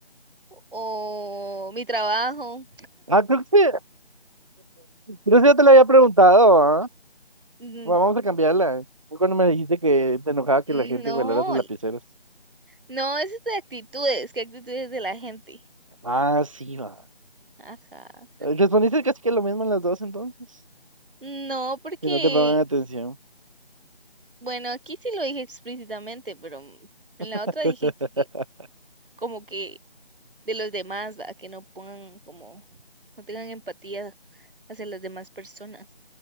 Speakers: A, on the right; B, on the right.
A: O mi trabajo.
B: Ah, creo que sí, creo que ya te lo había preguntado, ¿ah?
A: Mm,
B: Bueno, Vamos a cambiarla. Fue cuando me dijiste que te enojaba que
A: mm,
B: la gente
A: No,
B: guardara sus lapiceros.
A: no, eso es de actitudes. ¿Qué actitudes de la gente?
B: Ah, sí, va.
A: Ajá.
B: Respondiste casi que lo mismo en las dos entonces.
A: No, porque,
B: Que no te pongan atención.
A: bueno, aquí sí lo dije explícitamente, pero en
B: <laughs>
A: la otra dije que que como que de los demás, ¿va? Que no pongan como, no tengan empatía hacia las demás personas.